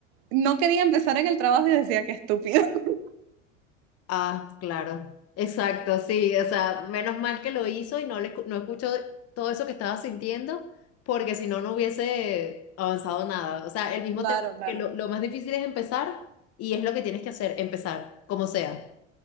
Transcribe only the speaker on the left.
Ah, claro, exacto, sí, o sea, menos mal que lo hizo y no le, escu- no escuchó todo eso que estaba sintiendo, porque si no, no hubiese avanzado nada. O sea, el mismo
tema
que lo, lo más difícil es empezar y es lo que tienes que hacer, empezar, como sea.